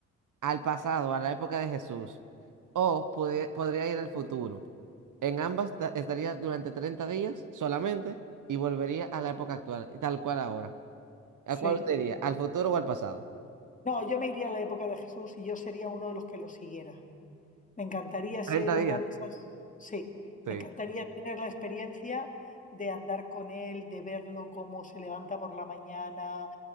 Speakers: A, on the right; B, on the left.
A: al pasado, a la época de Jesús, o pudie- podría ir al futuro. En ambas ta- estaría durante 30 días solamente y volvería a la época actual, tal cual ahora. ¿A
B: Sí.
A: cuál usted iría? ¿Al futuro o al pasado?
B: No, yo me iría a la época de Jesús y yo sería uno de los que lo siguiera. Me encantaría ser
A: treinta
B: una
A: días.
B: de esas. Sí,
A: Sí.
B: me encantaría tener la experiencia de andar con él, de verlo cómo se levanta por la mañana,